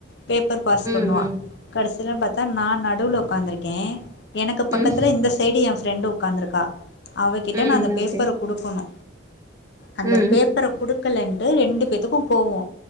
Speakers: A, on the left; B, on the right.
A: பேப்பர் பாஸ்
B: ம்
A: பண்ணுவா
B: ம்
A: கடசில பாத்தா நா நடுவுல உட்காந்துருக்கே எனக்கு பக்கத்துல
B: ம்
A: இந்த சைடு எ ஃப்ரெண்டு உக் காந்துருக்கா அவகிட்ட
B: ம்
A: நான்னு பேப்பர்
B: ஓகே
A: குடுக்கணு அந்த
B: ம்
A: பேப் ப்பர குடுக்கல்லண்ட்டு ரெண்டு பேத்துக்கு கோவோ